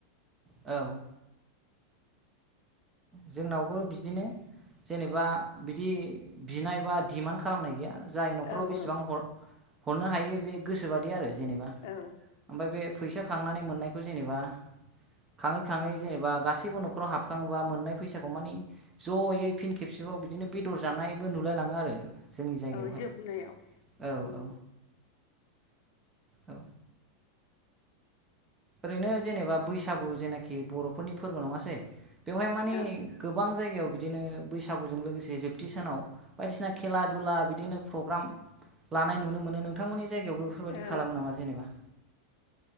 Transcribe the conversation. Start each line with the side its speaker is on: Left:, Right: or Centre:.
Right: औ जोंनावबो बिदिनो जेनेबा बिदि बिनाय बा डिमान्ड खालामनाय गैया जाय न'खराव
Left: औ औ
Right: बेसेबां हरनो हायो बे गोसोबादि आरो जेनेबा
Left: औ
Right: ओमफफ्राय बे फैसा खांनानै मोननाय खौ जेनेबा खाङै खाङै जेनेबा गाैबो न'राव हाबखाङोबा मोननाय फैसाखौ मानि ज'यै फिन खेबसेबाव बिदिनो बेदर जानायबो नुलायलाङो आरो जोंनि जायगायावहाय
Left: औ जोबनायाव
Right: औ
Left: ओं
Right: औ औ ओरैनो जेनेबा बैसागु जेनाखि बर'फोरनि फोरबो नङासै बेवहाय मानि
Left: औ
Right: गोबां जायगायाव बिदिनो बैसागुजों लोगोसे जोबथि सानाव बायदिसिना खेला दुला बिदिनो प्रग्राम लानाय नुनो मोनो नोंथांमोननि जायगायावबो बेफोरबायदि
Left: औ
Right: खालामो नामा जेनेबा